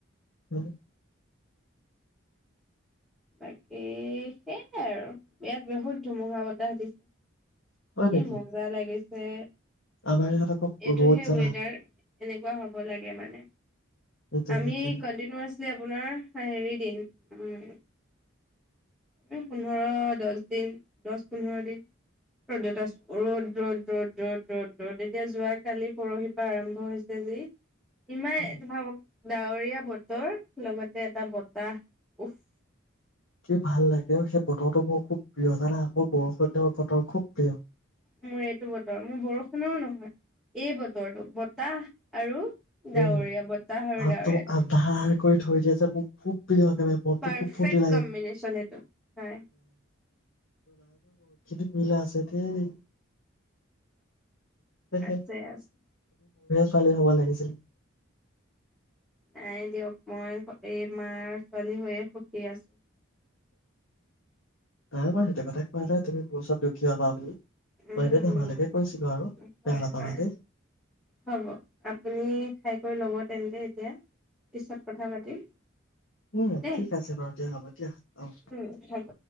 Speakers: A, on the left; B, in the centre.
A: উম
B: বাকী সেই আৰু ইয়াত বহুত ধুমুহা বতাহ দিছে
A: হয়
B: কি
A: নেকি?
B: মজা লাগিছে যে
A: আমাৰ ইয়াত আকৌ
B: এইটোহে
A: ৰ'দ জানা
B: ৱেডাৰ এনেকুৱা হ'ব লাগে মানে।
A: সেইটোৱে
B: আমি
A: সেইটোৱে।
B: কণ্টিনিআচ কি যে আপোনাৰ হেৰি দিন উম পোন্ধৰ, দহ দিন দহ পোন্ধৰ দিন ৰ'দত ৰ'দ, ৰ'দ, ৰ'দ, ৰ'দ, ৰ'দ, ৰ'দ এতিয়া যোৱ কালি পৰশিপা আৰম্ভ হৈছে যি ইমানে
A: উম,
B: ভাৱক ডাৱৰীয়া বতৰ লগতে এটা বতাহ উফ।
A: কি ভাল লাগে সেই বতৰটো মোৰ খুব প্ৰিয় জানা মোৰ বৰষুণ দি বতৰ খুব প্ৰিয়।
B: মোৰ এইটো বতৰ মোৰ বৰষুণও নহয়, এই বতৰটো বতাহ আৰু ডাৱৰীয়া
A: উম,
B: বতাহ
A: আৰু
B: ডাৱৰীয়া
A: তোক আন্ধাৰ কৰি থৈ দিয়া যে, মোৰ খুব প্ৰিয় একেবাৰে মনটো
B: পাৰফেক্ট
A: খুব ফূৰ্তি লাগে
B: কম্বিনেশ্যন সেইটো হয়
A: <unintelligible> <unintelligible> মিলা আছে দেই। <unintelligible>
B: আছে আছে
A: ছোৱালী হ'ব লাগিছিল
B: নাই দিয়ক, মই এই মাৰ ছোৱালী হৈয়ে সুখী আছো।
A: নাই মই সেইটো কথা কোৱা তুমি মোৰ ওচৰত দুখীয়া হোৱা বুলি
B: উম,
A: মই এনে ধেমালিকে কৈছিলো আৰু।
B: হয়,
A: বেয়া নাপাবা
B: হয়,
A: দেই,
B: হ'ব আপুনি খাই কৰি ল'ব <unintelligible> এতিয়া পিছত কথা পাতিম।
A: উম,
B: দেই
A: ঠিক আছে বাৰু দিয়া হ'ব দিয়া অ'।
B: উম হ'ব